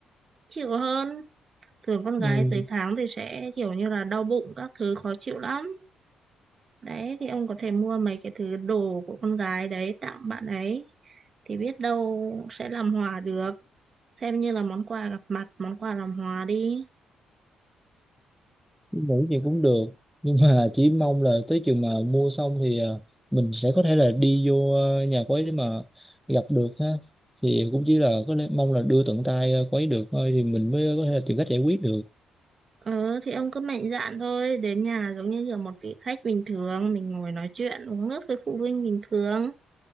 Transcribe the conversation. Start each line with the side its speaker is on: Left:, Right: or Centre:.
Right: chịu hơn thường con
Centre: ừ,
Right: gái tới tháng thì sẽ kiểu như là đau bụng các thứ khó chịu lắm đấy thì ông có thể mua mấy cái thứ đồ của con gái đấy tặng bạn ấy thì biết đâu sẽ làm hòa được xem như là món quà gặp mặt món quà làm hòa đi
Centre: Nghĩ gì cũng được nhưng mà chỉ mong là tới chừng mà mua xong thì ờ, mình sẽ có thể là đi vô ờ, nhà quấy để mà gặp được ha thì cũng chỉ là có lẽ mong là đưa tận tay ờ, quấy được thôi thì mình mới có thể là tìm cách giải quyết được
Right: ừ thì ông cứ mạnh dạn thôi đến nhà giống như là một vị khách bình thường mình ngồi nói chuyện uống nước với phụ huynh bình thường